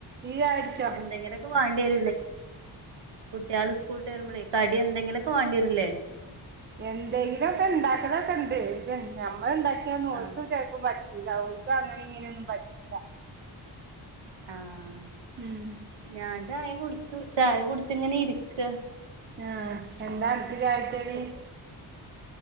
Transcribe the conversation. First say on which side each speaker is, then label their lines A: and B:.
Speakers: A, on the right (about 25°); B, on the right (about 75°).
A: ചായുടിച്ചോ
B: എന്തെങ്കിലൊക്കെ വേണ്ടി വരില്ലേ കുട്ടികൾ സ്കൂൾ വിട്ട് വരുമ്പോളേ കടി എന്തെങ്കിലുംഒക്കെ വേണ്ടിവരില്ലേ?
A: എന്തെങ്കിലും ഒക്കെ ഇണ്ടാക്കലൊക്കെ ഉണ്ട് പക്ഷെ നമ്മൾ ഉണ്ടാക്കിയന്ന ഓർക്ക്
B: ആഹ്
A: ചിലപ്പോ പ റ്റില്ല ഓൽക് അങ്ങനിം ഇങ്ങനീം ഒന്നും പറ്റൂല.
B: ആഹ്
A: ഉം.
B: ഞാൻ ചായ കുടിച്ചു ചായ കുടച്ച് ഇങ്ങനെ ഇരിക്ക.
A: ആഹ് എന്താ അനക്ക് ചായക്കടി?
B: കുറച്ച്